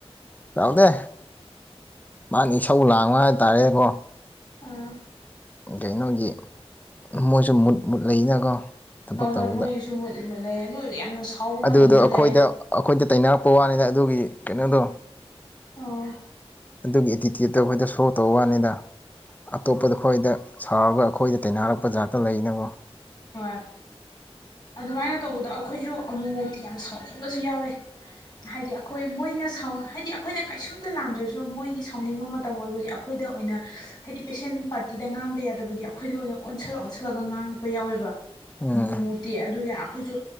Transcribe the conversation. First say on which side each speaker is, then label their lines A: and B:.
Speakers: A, on the left; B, on the left.
A: ꯁꯥꯎꯗꯦ ꯃꯥꯒꯤ ꯏꯁꯧ ꯂꯥꯡꯕ ꯍꯥꯏꯇꯥꯔꯦ ꯀꯣ
B: ꯑꯥ
A: ꯀꯩꯅꯣꯒꯤ ꯃꯣꯏꯁꯨ ꯃꯨꯠ ꯃꯨꯠ ꯂꯩꯅꯀꯣ ꯊꯕꯛ
B: ꯍꯣꯏ ꯍꯣꯏ
A: ꯇꯧꯕꯗ
B: ꯃꯣꯏꯒꯤꯁꯨ ꯃꯨꯠ ꯃꯨꯠ ꯂꯩꯌꯦ ꯑꯗꯨ ꯌꯥꯝꯅ ꯁꯥꯎꯕ ꯃꯇꯝꯁꯨ
A: ꯑꯗꯨꯗꯣ ꯑꯩꯈꯣꯏꯗ
B: ꯂꯩ
A: ꯑꯩꯈꯣꯏꯗ ꯇꯩꯅꯔꯛꯄ ꯋꯥꯅꯤꯗ ꯑꯗꯨꯒꯤ ꯀꯩꯅꯣꯗꯣ
B: ꯑꯣ
A: ꯑꯗꯨꯒꯤ ꯑꯦꯇꯤꯇ꯭ꯌꯨꯠꯇꯣ ꯑꯩꯈꯣꯏꯗ ꯁꯣ ꯇꯧꯕ ꯋꯥꯅꯤꯗ ꯑꯇꯣꯞꯄꯗ ꯈꯈꯣꯏꯗ ꯁꯥꯎꯔꯒ ꯑꯩꯈꯣꯏꯗ ꯇꯥꯢꯅꯔꯛꯄ ꯖꯥꯠꯇꯣ ꯂꯩꯗꯅ ꯀꯣ
B: ꯍꯣꯏ ꯑꯗꯨꯃꯥꯏꯅ ꯇꯧꯕꯗ ꯑꯩꯈꯣꯏꯁꯨ ꯑꯃꯨꯛ ꯃꯨꯛꯇꯤ ꯌꯥꯝ ꯁꯥꯎꯅꯤꯡꯕꯁꯨ ꯌꯥꯎꯋꯦ ꯍꯥꯏꯗꯤ ꯑꯩꯈꯣꯏ ꯃꯣꯏꯅ ꯍꯥꯏꯗꯤ ꯑꯩꯈꯣꯏꯅ ꯀꯩꯁꯨꯝꯇ ꯂꯥꯟꯗ꯭ꯔꯁꯨ ꯃꯣꯏꯒꯤ ꯁꯥꯎꯅꯤꯡꯕ ꯃꯇꯝ ꯑꯣꯏꯕꯒꯤ ꯑꯩꯈꯣꯏꯗ ꯑꯣꯏꯅ ꯍꯥꯏꯗꯤ ꯄꯦꯁꯦꯟ ꯄꯥꯔꯇꯤꯗ ꯉꯥꯡꯕ ꯌꯥꯗꯕꯒꯤ ꯑꯩꯈꯣꯏꯗ ꯑꯣꯏꯅ ꯑꯣꯟꯁꯤꯜꯂ ꯑꯣꯟꯁꯤꯜꯂꯒ ꯉꯥꯡꯉꯄ ꯌꯥꯎꯋꯦꯕ ꯑꯃꯨꯛ
A: ꯎꯝ
B: ꯃꯨꯛꯇꯤ ꯑꯗꯨ ꯑꯩꯈꯣꯏꯁꯨ